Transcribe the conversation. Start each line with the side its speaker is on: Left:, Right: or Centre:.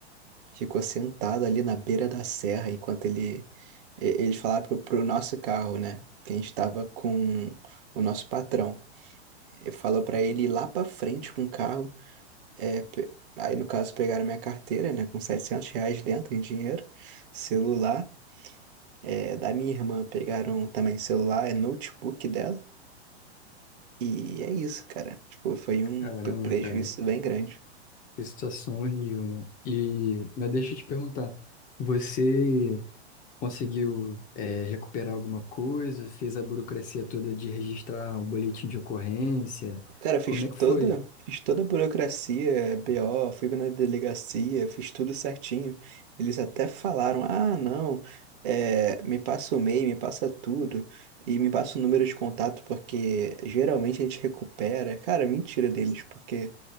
Right: ficou sentado ali na beira da serra enquanto ele e- eles falaram pro, pro nosso carro, né? Que a gente estava com o nosso patrão. Ele falou para ele ir lá para frente com o carro. é, pe- aí no caso pegaram minha carteira, né? Com 700 reais dentro em dinheiro, celular é, da minha irmã pegaram também celular, é notebook dela. E é isso, cara. Tipo, foi um
Left: Caramba,
Right: pre- prejuízo
Left: cara,
Right: bem grande.
Left: que situação horrível, mano. E, mas deixa eu te perguntar, você conseguiu, é, recuperar alguma coisa? Fez a burocracia toda de registrar um boletim de ocorrência?
Right: Cara, eu fiz
Left: Como
Right: toda,
Left: é que foi?
Right: fiz toda a burocracia, BO, fui na delegacia, fiz tudo certinho. Eles até falaram: ah, não, é, me passa o e-mail, me passa tudo e me passa o número de contato, porque geralmente a gente recupera. Cara, mentira deles, porque,